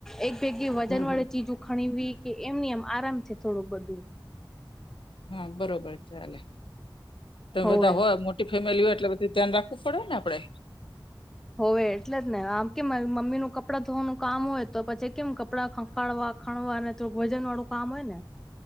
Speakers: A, in the centre; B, on the left.
A: એક ભેગી વજન
B: હમ હમ
A: વાળે ચીજું ખણીવી કે એમની આમ આરામ છે થોડુંક બધું.
B: હા બરોબર ચાલે તમે
A: હોવે
B: બધા હોય મોટી ફેમિલી હોય એટલે બધી. ધ્યાન રાખવું પડેને આપડે.
A: હોવે એટલે જ ને આમ કેમ મમ્મીનુંું કપડાં ધોવાનું કામ હોય તો પછી કેમ કપડાં ખંખડવા. ખણવા અનેને તો વજન વાળું કામ હોય ને.